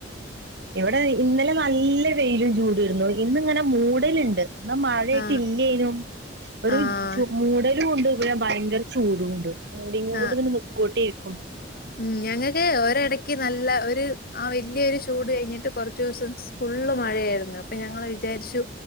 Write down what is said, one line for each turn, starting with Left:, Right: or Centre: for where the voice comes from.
Right: ഇവിടെ ഇന്നലെ നല്ല വെയിലും ചൂടിരുന്നു ഇന്നിങ്ങനെ മൂടൽണ്ട് എന്നാ മഴായിട്ട്
Left: ആഹ്
Right: ഇല്ലേനും ഒരു
Left: ആഹ്
Right: ചു മൂടലും കൊണ്ട് ഭയങ്കര ചൂടണ്ട് മൂടിങ്ങ കൊണ്ട്
Left: ആഹ്
Right: ഇെ നക്കോട്ടി ഇരിക്കും
Left: ഉം ഞങ്ങക്ക് ഒരാടാക്ക് നല്ല ഒരു ആ വല്യൊരു ചൂട് കഴിഞ്ഞിട്ട് കുറച്ച് ദിവസം ഫുള്ള് മഴയായിരുന്നു അപ്പൊ ഞങ്ങള് വിചാരിച്ചു